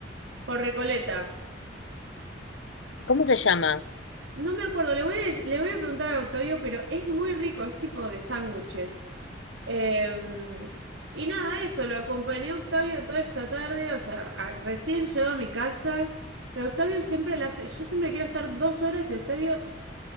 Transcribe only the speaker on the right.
por Recoleta.
No me acuerdo, le voy a, le voy a preguntar a Octavio, pero es muy rico, es tipo de sándwiches. Eh, y nada, eso, lo acompañó Octavio toda esta tarde, o sea, a- recién llegó a mi casa, pero Octavio siempre la hace, yo siempre quiero estar dos horas y Octavio